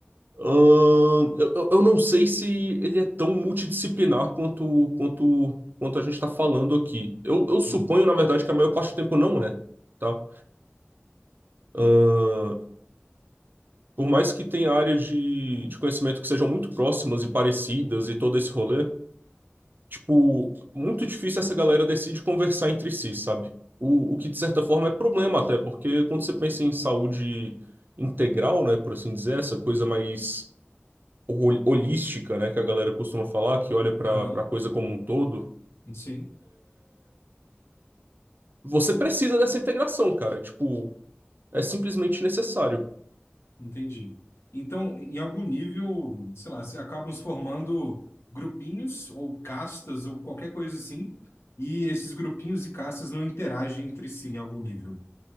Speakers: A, on the right; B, on the left.
A: Ahn, eu, eu não sei se ele é tão multidisciplinar quanto, quanto, quanto a gente está falando aqui. Eu, eu suponho,
B: Uhum.
A: na verdade, que a maior parte do tempo não é, tá? Ahn, por mais que tenha áreas de, de conhecimento que sejam muito próximas e parecidas e todo esse rolê, tipo, muito difícil essa galera decide conversar entre si, sabe? O, o que, de certa forma, é problema até, porque quando você pensa em saúde integral, né, por assim dizer, essa coisa mais hol- holística, né, que a galera costuma falar, que olha para
B: Aham,
A: para coisa como um todo,
B: sim.
A: você precisa dessa integração, cara. Tipo, é simplesmente necessário.
B: Entendi. Então, em algum nível, sei lá, se acabam se formando grupinhos ou castas ou qualquer coisa assim, e esses grupinhos e castas não interagem entre si em algum nível.